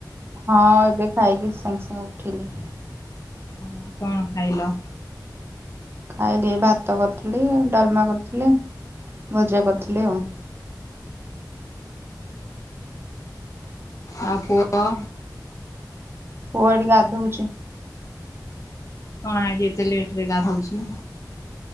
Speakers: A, on the right (about 30°); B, on the left (about 45°).
A: ହଁ ଏବେ ଖାଇକି ସାଙ୍ଗେ ସାଙ୍ଗେ ଉଠିଲି।
B: ହଁ କଣ ଖାଇଲ।
A: ଖାଇଲି ଭାତ କରିଥିଲି ଡାଲମା କରିଥିଲି ଭଜା କରିଥିଲି ଆଉ।
B: ଆଉ ପୁଅ।
A: ପୁଅ ଏଠି ଗାଧଉଛି।
B: କଣ ଆଜି ଏତେ ଲେଟ ରେ ଗାଧଉଛି।